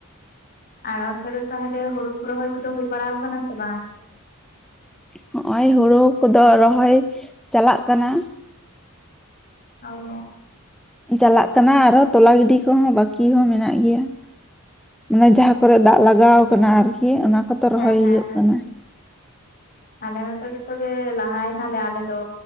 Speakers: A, on the left; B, in the centre.
A: ᱟᱨ ᱚᱱᱛᱮ ᱫᱚ ᱛᱟᱦᱚᱞᱮ ᱦᱩᱲᱩ ᱠᱚ ᱨᱚᱦᱚᱭ ᱠᱚᱫᱚ ᱦᱩᱭ ᱵᱟᱲᱟ ᱣᱟᱠᱟᱱᱟ ᱥᱮ ᱵᱟᱝ?
B: ᱦᱚᱸᱜᱼᱚᱭ ᱦᱩᱲᱩ ᱠᱚᱫᱚ ᱨᱚᱦᱚᱭ ᱪᱟᱞᱟᱜ ᱠᱟᱱᱟ।
A: ᱚ
B: ᱪᱟᱞᱟᱜ ᱠᱟᱱᱟ ᱟᱨᱦᱚᱸ ᱛᱚᱞᱟ ᱜᱤᱰᱤ ᱠᱚ ᱦᱚᱸ ᱵᱟᱠᱤ ᱦᱚᱸ ᱢᱮᱱᱟᱜ ᱜᱮᱭᱟ। ᱢᱟᱱᱮ ᱡᱟᱦᱟᱸ ᱠᱚᱨᱮ ᱫᱟᱜ ᱞᱟᱜᱟᱣ ᱠᱟᱱᱟ ᱟᱨ ᱠᱤ ᱚᱱᱟ ᱠᱚᱫᱚ ᱨᱚᱦᱚᱭ
A: ᱦᱮᱸ ᱦᱮᱸ
B: ᱦᱩᱭᱩᱜ
A: ᱦᱮᱸ
B: ᱠᱟᱱᱟ।
A: ᱟᱞᱮ ᱱᱚᱛᱮ ᱡᱚᱛᱚᱜᱮ ᱞᱟᱦᱟᱭ ᱱᱟᱞᱮ ᱟᱞᱮ ᱫᱚ